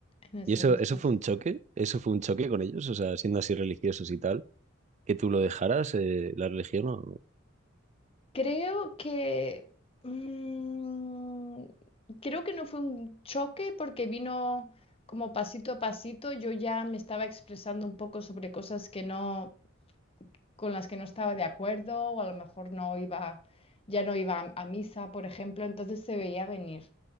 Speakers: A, on the left (about 30°); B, on the right (about 35°).
A: en ese
B: ¿Y eso,
A: gestor
B: eso fue
A: sí.
B: un choque? ¿Eso fue un choque con ellos? O sea, siendo así religiosos y tal, que tú lo dejaras, eh, la religión o...
A: Creo que... mm, creo que no fue un choque porque vino como pasito a pasito. Yo ya me estaba expresando un poco sobre cosas que no, con las que no estaba de acuerdo o a lo mejor no iba, ya no iba a, a misa, por ejemplo. Entonces se veía venir.